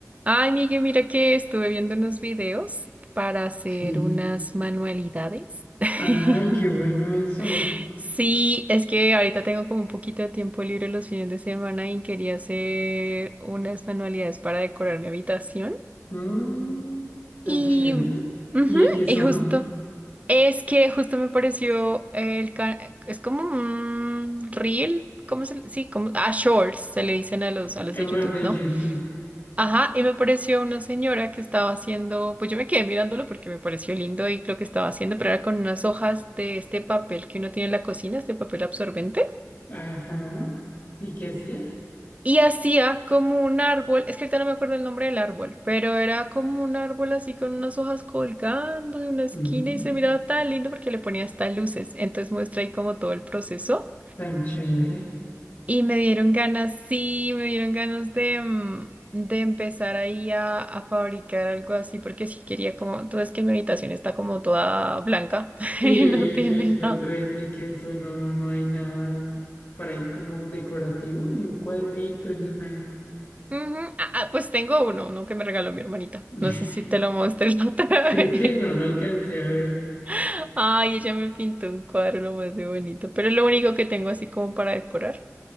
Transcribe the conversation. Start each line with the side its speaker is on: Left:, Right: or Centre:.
Right: Ay, Miguel, mira que estuve viendo unos videos para hacer
Left: Sí.
Right: unas manualidades.
Left: Ay,
Right: <laughs>
Left: qué bueno eso.
Right: Sí, es que ahorita tengo como un poquito de tiempo libre los fines de semana y quería hacer unas manualidades para decorar mi habitación.
Left: Mm,
Right: Y,
Left: tan chévere.
Right: ujú,
Left: ¿Y de qué
Right: y
Left: son?
Right: justo, es que justo me pareció el, ca- es como un reel, ¿cómo se le- Sí, como, a shorts se le dicen a los, a los
Left: En
Right: de YouTube,
Left: las de
Right: ¿no?
Left: YouTube.
Right: Ajá, y me apareció una señora que estaba haciendo, pues yo me quedé mirándolo porque me pareció lindo y lo que estaba haciendo, pero era con unas hojas de este papel que uno tiene en la cocina, este papel absorbente,
Left: Ajá. ¿Y qué hacía?
Right: y hacía como un árbol, es que ahorita no me acuerdo el nombre del árbol, pero era como un árbol así con unas hojas colgando de una esquina
Left: Mm,
Right: y se miraba tan lindo porque le ponía hasta luces, entonces muestra ahí como todo el proceso.
Left: tan chévere.
Right: Y me dieron ganas, sí, me dieron ganas de, mm, de empezar ahí a, a fabricar algo así, porque si quería como, tú ves que mi habitación está como toda blanca, <laughs>
Left: Sí,
Right: y no tiene
Left: sí, sí, la
Right: nada.
Left: otra vez vi que eso no, no hay nada por ahí como decorativo, ni un cuadrito, ni nada.
Right: Ujú. Ah, ah, pues tengo uno, uno que me regaló mi hermanita.
Left: <laughs>
Right: No sé si te lo mostré la otra
Left: Creo
Right: vez.
Left: que no lo alcancé a ver.
Right: <laughs> Ay, ella me pintó un cuadro lo más de bonito, pero es lo único que tengo así como para decorar.